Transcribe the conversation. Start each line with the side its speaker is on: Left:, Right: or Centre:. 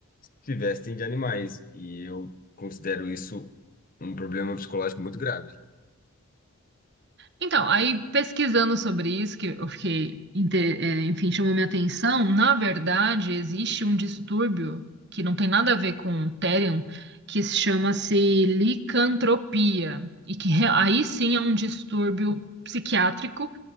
Left: se vestem de animais. E eu considero isso um problema psicológico muito grave.
Right: Então,
Left: Hum.
Right: aí pesquisando sobre isso, que eu fiquei, inte- é, enfim, chamou minha atenção, na verdade, existe um distúrbio que não tem nada a ver com o Therion, que se chama-se licantropia, e que re- aí sim é um distúrbio psiquiátrico